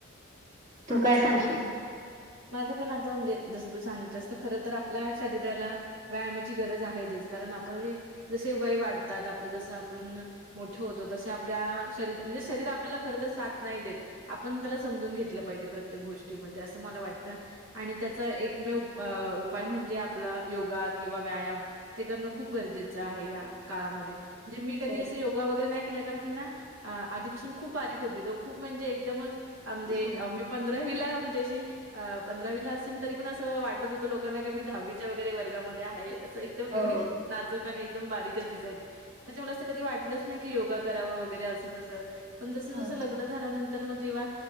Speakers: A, on the right (about 35°); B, on the right (about 75°).
A: तू
B: अच्छा
A: काय सांगशील?
B: माझं पण आता म्हणजे जस तू सांगितलंसत खर तर आपल्या शरीराला व्यायामाची गरज आहेच कारण आपले जसे वय वाढतात आपलं जसं पण मोठ होतो तसे आपण आप शरीर म्हणजे शरीर आपल्याला खर तर साथ नाही देत आपण त्याला समजून घेत लं पाहिजे प्रत्येक गोष्टीमध्ये असं मला वाटतं. आणि त्याचा एकमेव उपाय म्हणजे आपला योगा किंवा व्यायाम ते करणं खूप गरजेचं आहे या काळामध्ये म्हणजे, मी कधी
A: हो,
B: असं योगा वगैरे नाही केलं कारण मी ना अ आधीपासून खूप बारीक होती, खूप म्हणजे एकदमच आ म्हणजे
A: हो,
B: अ, मी पंधरावीला म्हणजे अशी अ पंधरावीला असेल, तरी पण असं वाटत होतं, लोकांना क मी दहावीच्या वगैरे वर्गामध्ये आहे असं एक एकदम एवढी
A: हो,
B: नाजूक आणि एकदम बारीकच दिसायची. त्याच्या मला असं कधी वाटलंच नाही, की योगा करावं वगैरे असं तसं. पण जसं
A: हो.
B: जसं लग्न झाल्यानंतर मग जेव्हा